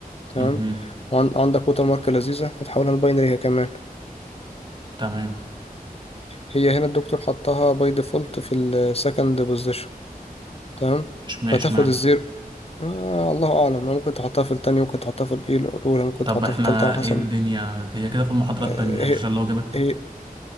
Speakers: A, on the left; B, on the right.
A: تمام
B: امم
A: وعندك ووتر مارك لذيذة هتحولها لباينري هي كمان
B: تمام
A: هي هنا الدكتور حطها باي ديفولت في السكند بوزيشن تمام
B: اشمعنى
A: فتاخد
B: اشمعنى
A: الزيرو آه الله اعلم ممكن تحطها في التانية ممكن تحطها في الإيه الاولى ممكن
B: طب
A: تحطها
B: احنا
A: في التالتة على حسب
B: ايه الدنيا هي كده في المحاضرة
A: آه،
B: التانية عشان لو جابت
A: هي هي